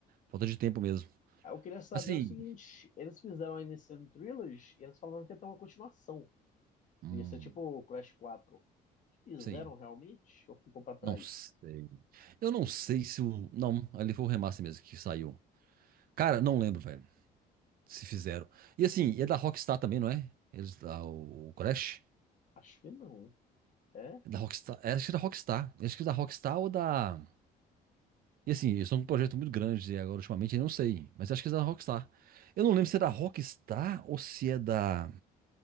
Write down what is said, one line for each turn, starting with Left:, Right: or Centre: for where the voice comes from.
Right: Falta de tempo mesmo.
Left: Aí Eu queria saber
Right: Assim.
Left: o seguinte: eles fizeram a MCM Trilogy e eles falaram que ia ter uma continuação.
Right: Hum,
Left: Ia ser tipo o Crash 4. Fizeram
Right: sim.
Left: realmente? Ou ficou pra trás?
Right: Não sei. Eu não sei se o. Não, ali foi o remaster mesmo que saiu. Cara, não lembro, velho. Se fizeram. E assim, e é da Rockstar também, não é? Eles, ah, o o Crash?
Left: Acho que não. É?
Right: É da Rockstar. é, Acho que é da Rockstar. Acho que é da Rockstar ou da. E assim, eles são um projeto muito grande e agora ultimamente, eu não sei, mas acho que é da Rockstar. Eu não lembro se é da Rockstar ou se é da.